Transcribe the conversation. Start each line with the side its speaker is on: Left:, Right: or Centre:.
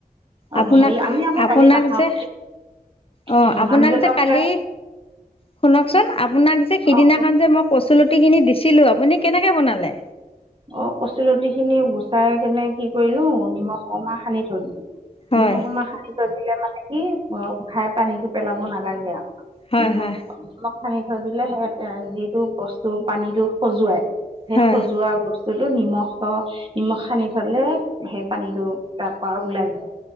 Right: আৰু
Left: আপোনাক
Right: হেৰি আমি আকৌ
Left: আপোনাক
Right: দালি নাখাওঁ
Left: যে অ
Right: সেই
Left: আপোনাক
Right: মানুহজনকহে
Left: যে কালি শুনকচোন আপোনাক যে সিদিনাখন
Right: অঁ
Left: যে মই কৈছিলো গুটি খিনি দিছিলো আপুনি কেনেকে বনালে
Right: অ কচু তিি খিনি গুচাই কেনে কি কৰিলো নিমখ অকমাহ সানি থৈ দিলো।
Left: হয়
Right: নিম সম খাৰ য দিলে মানে ই অ উখাই পানীটো পেলাব নালাগে আৰু
Left: হয়
Right: নিম
Left: হয়
Right: সানি থৈ দিলে স যিটো বস্তু পানীতটো সজুৱাই সেই
Left: হয়
Right: সজোৱা ব্ত <unintelligible> নিমখ নিমখ সানি থলে সেই পানীতটো তাৰ পৰাৰা ওলাই যায়